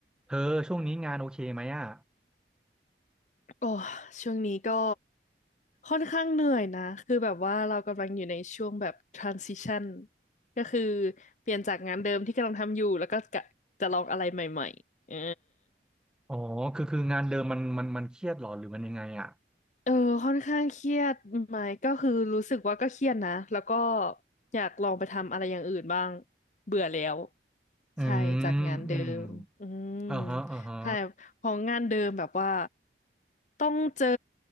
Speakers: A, in the centre; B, on the left.
A: เธอช่วงนี้งานโอเคไหมอ่ะ
B: โอ้ช่วงนี้ก็ค่อนข้างเหนื่อยนะคือแบบว่าเรากำลังอยู่ในช่วงแบบ transition ก็คือเปลี่ยนจากงานเดิมที่กำลังทำอยู่แล้วก็กะจะลองอะไรใหม่ๆเออ
A: อ๋อ คือคืองานเดิมมันมันมันเครียดหรอหรือมันยังไงอ่ะ
B: เออค่อนข้างเครียดไหมก็คือรู้สึกว่าก็เครียดนะแล้วก็อยากลองไปทำอะไรอย่างอื่นบ้างเบื่อแล้ว
A: อืมอืม
B: ใช่จากงานเดิมอืม
A: อ่าฮะอ่าฮะ
B: ใช่ของงานเดิมแบบว่าต้องเจอ